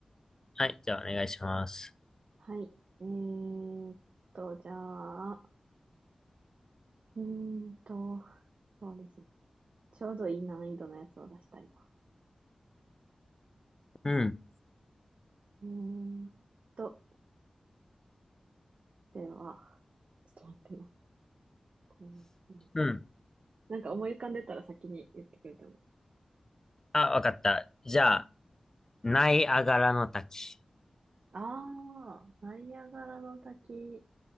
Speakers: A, on the left; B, on the right.
A: はい、じゃあお願いします。
B: はい。えーっと、じゃあ、うーんと、そうですね。ちょうどいい難易度のやつを出したいな。
A: うん。
B: うーんと、では、ちょっと待ってな。こう
A: うん。
B: なんか思い浮かんでたら先に言ってくれても。
A: あ、わかった。じゃあ、ナイアガラの滝。
B: ああ、ナイアガラの滝